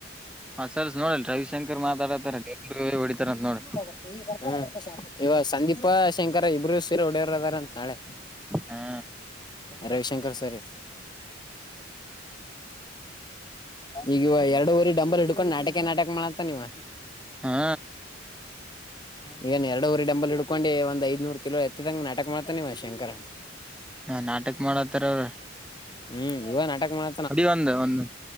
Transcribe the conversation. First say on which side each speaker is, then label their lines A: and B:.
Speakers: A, in the centre; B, on the left (about 20°).
A: ಹ ಸಲ್ಸ್ ನೋಡಲ್ ರವಿಶಂಕರ್ ಮಾತಾಡತಾರ ದೇವರ್ಗ ಹೊಡಿತಾರ ಅಂತ ನೋಡ್ರಿ
B: ಹ್ಮ ಇವ ಸಂದೀಪ ಶಂಕರ ಇಬ್ರು ಸೀರೆ ಹೊಡೆಯವರ ಅದಾರಂತ ನಾಳೆ
A: ಹಾ
B: ರವಿಶಂಕರ್ ಸರಿ ಈಗವ ಎರಡು ಊರಿ ಡಂಬಲ್ ಹಿಡ್ಕೊಂಡು ನಾಟಕ ನಾಟಕ ಮಾಡತ್ತ ನೀವ
A: ಹಾ
B: ಈಗನ್ ಎರಡು ಊರಿ ಡಂಬಲ್ ಹಡ್ಕೊಂಡು ಒಂದ್ ಐದನೂರ್ ಕಿಲೋ ಎತ್ತಿದಂಗ ನಾಟಕ ಮಾಡ್ತಾನ ನೀವ ಶಂಕರ
A: ಹಾ ನಾಟಕ ಮಾಡತ್ತಾರ ಅವ್ರರು
B: ಹ್ಮ್ ಇವಾಗ ನಾಟಕ ಮಾಡ
A: ಅಡಿ ಒಂದ ಒಂದ